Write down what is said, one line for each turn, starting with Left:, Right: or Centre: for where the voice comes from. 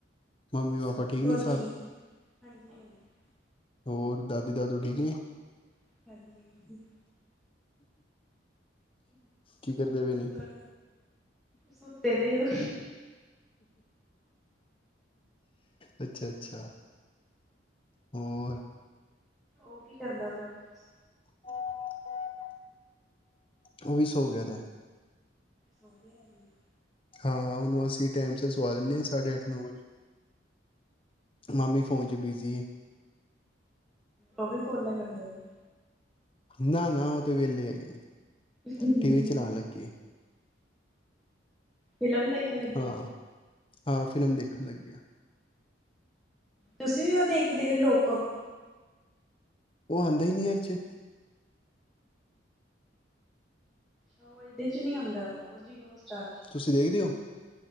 Left: ਮੰਮੀ ਪਾਪਾ ਠੀਕ ਨੇ
Centre: ਹੋਰ <unintelligible>
Left: ਸਭ
Centre: ਹਾਂਜੀ -ਹਾਂਜੀ।
Left: ਹੋਰ ਦਾਦੀ ਦਾਦੂ ਠੀਕ ਨੇ?
Centre: ਹਾਂਜੀ ਹਾਂਜੀ
Left: ਕੀ ਕਰਦੇ ਪਏ ਨੇ?
Centre: ਹੋਰ ਸੁੱਤੇ ਦੇ ਹੋ?
Left: ਅੱਛਾ-ਅੱਛਾ। ਹੋਰ
Centre: ਓ ਕੀ ਕਰਦਾ ਪਯਾ <unintelligible>
Left: <inaudible> ਓ ਵੀ ਸੌ ਗਯਾ ਦੈ।
Centre: ਸੋਂ ਗਯਾ <unintelligible>
Left: ਹਾਂ ਓਨੂੰ ਅਸੀਂ ਟਾਈਮ ਸਿਰ ਸਵਾ ਦੇਨੇ ਆਂ ਸਾਢੇ ਅੱਠ, ਨੌ ਵਜੇ। ਮਾਮੀ ਫੋਨ 'ਚ ਬਿਜ਼ੀ ਏ।
Centre: ਓ ਵੀ ਕੋਲਾਂ ਕਰਦੇ ਪਏ।
Left: ਨਾ-ਨਾ ਓ ਤੇ ਵੇਲੇ ਹੈਗੇ ਨੇ,
Centre: ਫਿਲਮ
Left: ਟੀ ਵੀ ਚਲਾਨ ਲੱਗੇ।
Centre: ਫਿਲਮ ਦੇਖਨ ਲੱਗੇ?
Left: ਹਾਂ ਹਾਂ ਫਿਲਮ ਦੇਖਨ ਲੱਗੇ ਆ।
Centre: ਤੁਸੀਂ ਵੀ ਓ ਦੇਖਦੇ ਓ ਲੋਕ-ਅਪ?
Left: ਓ ਆਂਦਾ ਈ ਨੀ ਏਦੇ 'ਚ।
Centre: ਹਾਂ ਓ ਏਦੇ 'ਚ ਨੀ ਆਂਦਾ ਓ ਜੀਓ ਹੋਟ ਸਟਾਰ 'ਚ
Left: ਤੁਸੀਂ ਦੇਖਦੇ ਓ?